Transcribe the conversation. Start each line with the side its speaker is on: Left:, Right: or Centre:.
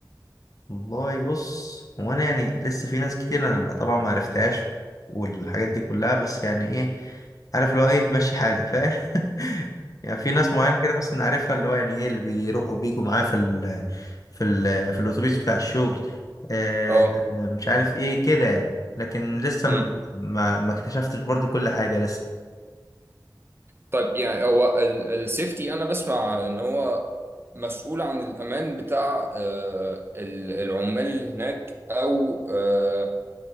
Left: والله بص هو انا يعني لسه في ناس كتير انا ما- طبعا ما عرفتهاش والحاجات دي كلها بس يعني ايه عارف اللي هو ايه ماشي حالك فاهم <laughs> يعني في ناس معينه كده مثلا عارفها اللي هو يعني ايه اللي بيروحوا بيجوا معاه في ال في ال في الاتوبيس بتاع الشغل آه
Right: اه
Left: مش عارف ايه كده يعني لكن لسه
Right: مم.
Left: ما ما ما اكتشفتش برضو كل حاجه
Right: طيب يعني هو السيفتي انا بسمع ان هو مسؤول عن الامان بتاع آه، ال- العمال اللي هناك او آه،